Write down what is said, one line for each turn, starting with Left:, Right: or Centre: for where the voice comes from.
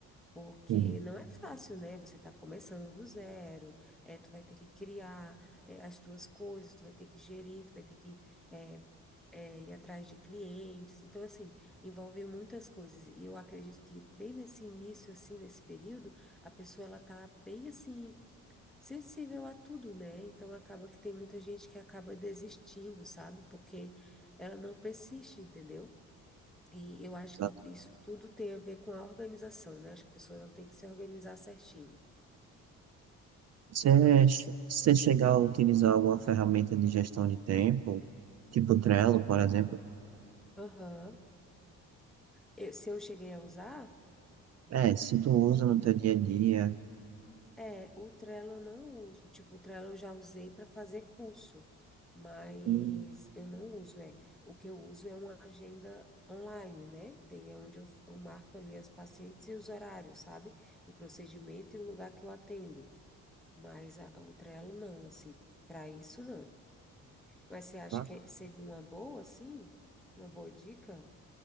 Centre: Porque
Right: Sim.
Centre: não é fácil, né? Você está começando do zero, é, tu vai ter que criar, é, as tuas coisas, tu vai ter que gerir, tu vai ter que é, é, ir atrás de clientes. Então, assim, envolve muitas coisas. E eu acredito que bem nesse início, assim, nesse período, a pessoa, ela tá bem, assim, sensível a tudo, né? Então, acaba que tem muita gente que acaba desistindo, sabe? Porque ela não persiste, entendeu? E eu acho
Right: Exato.
Centre: que isso tudo tem a ver com a organização, né? Acho que a pessoa ela tem que se organizar certinho.
Right: Se você chegar a utilizar alguma ferramenta de gestão de tempo, tipo Trello, por exemplo,
Centre: Aham. Eu- se eu cheguei a usar,
Right: é, se tu usa no teu dia a dia,
Centre: é, o Trello eu não uso. Tipo, o Trello eu já usei para fazer curso, mas
Right: hum,
Centre: eu não uso, é. O que eu uso é uma agenda online, né? Daí é onde eu, f- eu marco ali as pacientes e os horários, sabe? O procedimento e o lugar que eu atendo. Mas a- o Trello não, assim, para isso não. Mas você acha
Right: tá?
Centre: que seria uma boa, sim? Uma boa dica?